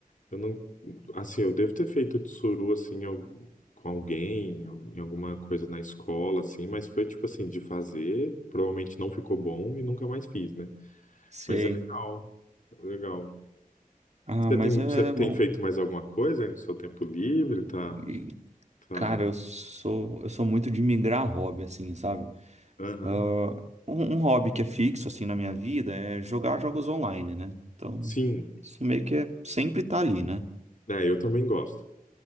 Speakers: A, on the left; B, on the right.
A: Eu não, assim, eu devo ter feito tsuru assim al- com alguém, em alguma coisa na escola assim, mas foi tipo assim de fazer, provavelmente não ficou bom e nunca mais fiz, né?
B: Sei.
A: Mas é legal. é Legal.
B: Ah,
A: Você
B: mas
A: tem,
B: é
A: você tem
B: bom.
A: feito mais alguma coisa aí no seu tempo livre? Tá,
B: E,
A: tá.
B: cara, eu sou eu sou muito de migrar hobby assim, sabe?
A: Aham.
B: Ah, um, um hobby que é fixo assim na minha vida é jogar jogos online, né? Então,
A: Sim.
B: isso meio que é, sempre tá ali, né?
A: É, eu também gosto.